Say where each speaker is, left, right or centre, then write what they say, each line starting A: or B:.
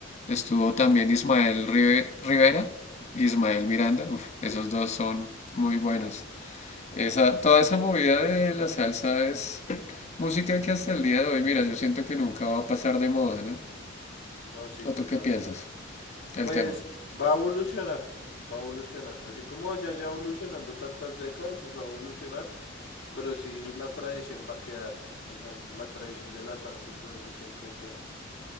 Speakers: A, on the left; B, on the left.
A: estuvo también Ismael Rive- Rivera, Ismael Miranda, uf,
B: Sí,
A: esos dos
B: uf,
A: son muy buenos. Esa, toda esa movida de la salsa es música que hasta el día de hoy, mira, yo siento que nunca va a pasar de moda, ¿no?
B: no, sí,
A: ¿O
B: total.
A: tú qué piensas del
B: Pues
A: tema?
B: va a evolucionar, va a evolucionar. Así como ya ya evolucionando tantas décadas, o sea, va a evolucionar, pero sí la tradición va a quedar. Esa, la tradición de la salsa y todo eso siempre queda.